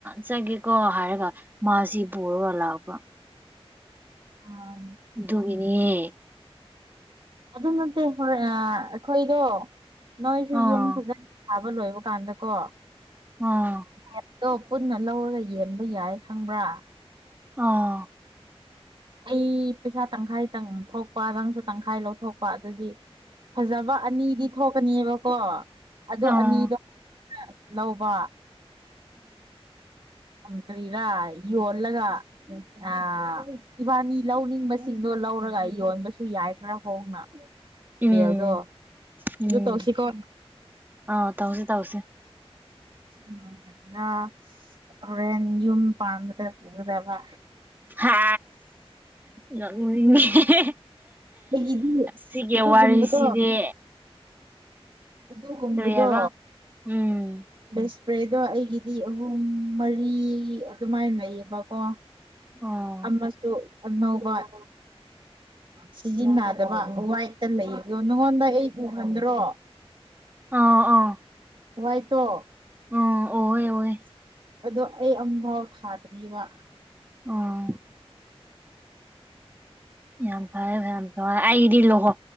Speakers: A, on the right; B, on the right.
A: ꯆꯠꯒꯦꯀꯣ ꯍꯥꯏꯔꯒ ꯃꯥꯁꯤ ꯄꯨꯔꯒ ꯂꯥꯛꯄ
B: ꯑꯥ
A: ꯗꯨꯒꯤꯅꯤꯌꯦ
B: ꯑꯗꯨ ꯅꯠꯇꯦ ꯍꯣꯔꯦꯟ ꯑꯩꯈꯣꯏꯗꯣ ꯅꯣꯏꯁꯨ
A: ꯑꯥ
B: ꯌꯨꯝ ꯐꯖꯅꯕ ꯑꯃ ꯂꯣꯏꯕ ꯀꯥꯟꯗꯀꯣ
A: ꯑꯣ
B: ꯦꯠꯇꯣ ꯄꯨꯟꯅ ꯂꯧꯔꯒ ꯌꯦꯟꯕ ꯌꯥꯏ ꯈꯪꯕ꯭ꯔꯥ
A: ꯑꯥ
B: ꯑꯩ ꯄꯩꯁꯥ ꯇꯪꯈꯥꯏ ꯇꯪ ꯊꯣꯛꯣꯛꯄ ꯅꯪꯁꯨ ꯇꯪꯈꯥꯏ ꯂꯧꯊꯣꯛꯄ ꯑꯗꯨꯗꯤ ꯐꯖꯕ ꯑꯅꯤꯗꯤ ꯊꯣꯛꯀꯅꯦꯕꯀꯣ ꯑꯗꯣ
A: ꯑꯥ ꯑꯥ
B: ꯑꯅꯤꯗꯣ ꯂꯧꯕ ꯑꯃ ꯀꯔꯤꯔꯥ ꯌꯣꯜꯂꯒ ꯑ ꯏꯕꯥꯅꯤ ꯂꯧꯅꯤꯡꯕꯁꯤꯡꯗꯣ ꯂꯧꯔꯒ ꯌꯣꯟꯕꯁꯨ ꯌꯥꯏ ꯈꯔ ꯍꯣꯡꯅ
A: ꯎꯝ
B: ꯕꯦꯜꯗꯣ
A: ꯎꯝ
B: ꯑꯗꯨ ꯇꯧꯁꯤꯀꯣ
A: ꯑ ꯇꯥꯎꯁꯤꯦ ꯇꯥꯎꯁꯤꯦ
B: ꯎꯝ ꯩꯔꯥ ꯍꯣꯔꯦꯟ ꯌꯨꯝ ꯄꯥꯟꯕꯗ ꯄꯨꯒꯗꯕ
A: ꯍ ꯅꯣꯛꯅꯤꯡꯉꯦ
B: ꯑꯩꯒꯤꯗꯤ
A: ꯁꯤꯒꯤ
B: ꯑꯗꯨꯒꯨꯝꯕꯗꯣ
A: ꯋꯥꯔꯤꯁꯤꯗꯤ
B: ꯑꯗꯨꯒꯨꯝꯕꯗꯣ
A: ꯀꯔꯤ ꯍꯥꯏꯕ ꯎꯝ
B: ꯕꯦ ꯏꯁꯄ꯭ꯔꯦꯗꯣ ꯑꯩꯒꯤꯗꯤ ꯑꯍꯨꯝ ꯃꯔꯤ ꯑꯗꯨꯃꯥꯏꯅ ꯂꯩꯌꯦꯕꯀꯣ
A: ꯑꯣ
B: ꯑꯃꯁ ꯑꯅꯧ ꯋꯥꯏ ꯁꯤꯖꯤꯟꯅꯗꯕ ꯋꯥꯏꯠꯇ ꯂꯩꯣ ꯅꯪꯉꯣꯟꯗ ꯑꯩ ꯊꯣꯡꯍꯟꯗ꯭ꯔꯣ
A: ꯑꯥ ꯑꯥ
B: ꯍꯥꯏꯇꯣ
A: ꯎꯝ ꯑꯣꯍꯦ ꯑꯣꯍꯦ
B: ꯑꯗꯣ ꯑꯩ ꯑꯃꯝꯐꯥꯎ ꯊꯥꯗ꯭ꯔꯤꯔꯤꯕ
A: ꯑꯣ ꯌꯥꯝ ꯐꯔꯦ ꯐꯔ ꯌꯥꯝ ꯐꯔꯦ ꯑꯩꯗꯤ ꯂꯨꯍꯣ